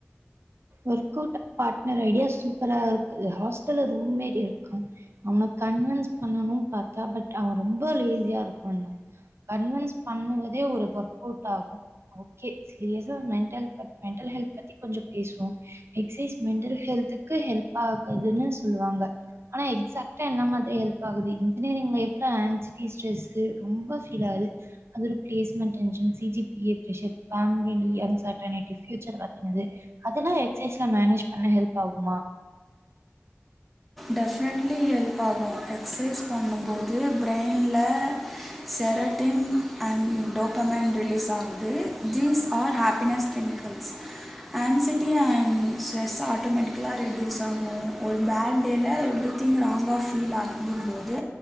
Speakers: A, on the right (about 60°); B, in the centre.
A: ஒர்கவுட் பாட்னர் ஐடியா சூப்பரா இருக்கு ஹாஸ்டல்ல ரூம்மேரி இருக்கு அவன கன்வன்ஸ் பண்ணுன் பாத்தா பட் அவன் ரொம்ப லேஸியா இருப்பான் கன்வன்ஸ் பண்ணுவதே ஒரு ஒர்கவுட் ஆகும் ஓகே சீரியஸா மெண்டல் மெண்டல் ஹெல்த பத்தி கொஞ்சோ பேசுவோ எக்ஸைஸ் மெண்டல் ஹெல்த்துக்கு ஹெல்பாகுதுனு சொல்வாங்க ஆனா எக்ஸாக்டா என்ன மாதிரி ஹெல்ப் ஆகுது இன்ஜினியரிங் லைப்ல ஆன்சிட்டி ஸ்ட்ரெஸ்ஸு ரொம்ப ஃபீல் ஆகுது அதோட placement tension C G P A pressure family uncertainty future பத்தினது அதெல்லா எக்சைஸ்ல மேனேஜ் பண்ணா ஹெல்ப் ஆகுமா
B: டெஃபெனெட்லி ஹெல்ப் ஆகு எக்சைஸ் பண்ணும்போது ப்ரைன்ல செரட்டின் அண்ட் டோபமைண்ட் ரிலீஸ் ஆகுது these are happiness chemicals anxiety and stress ஆட்டோமேட்டிக்கலா ரெடியூஸ் ஆகு ஒரு பேட் டேல எவ்ரிதிங் ராங்கா ஃபீல் ஆகும் போது